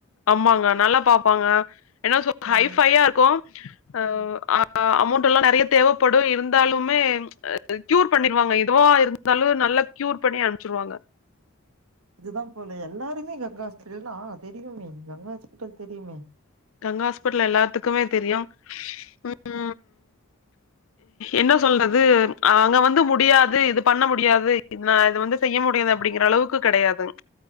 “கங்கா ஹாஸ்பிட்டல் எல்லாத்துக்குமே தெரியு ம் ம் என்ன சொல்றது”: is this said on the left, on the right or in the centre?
Left